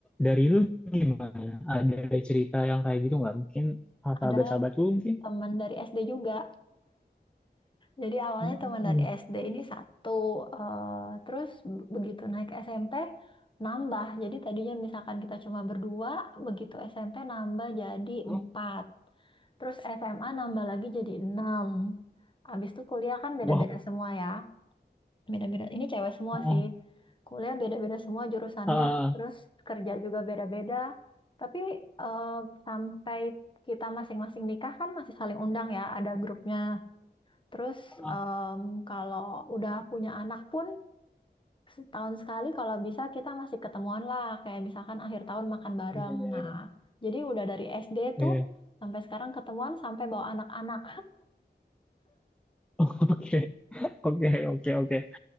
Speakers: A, in the centre; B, on the left.
A: dari lu gimana? Ada cerita yang kayak gitu nggak? Mungkin ah, sahabat-sahabat
B: Ada
A: lu mungkin?
B: teman dari SD juga Jadi awalnya
A: Hmm.
B: teman dari SD ini satu, eh, terus b- begitu naik SMP nambah. Jadi tadinya misalkan kita cuma berdua, begitu SMP nambah jadi
A: Oh,
B: empat. Terus SMA nambah lagi jadi enam. Abis itu kuliah kan beda-beda
A: Wow.
B: semua ya. Beda-beda. Ini cewek semua
A: Oh.
B: sih. Kuliah beda-beda semua jurusannya,
A: Ah,
B: terus kerja juga beda-beda. Tapi eh, sampai kita masing-masing nikah kan masih saling undang ya, ada grupnya. Terus
A: ah.
B: em, kalau udah punya anak pun setahun sekali kalau bisa kita masih ketemuan lah kayak misalkan akhir tahun makan bareng.
A: Iya, iya,
B: Nah, jadi udah dari SD tuh
A: iya.
B: sampai sekarang ketemuan sampai bawa anak-anak.
A: <laughs> Oke, oke, oke, oke.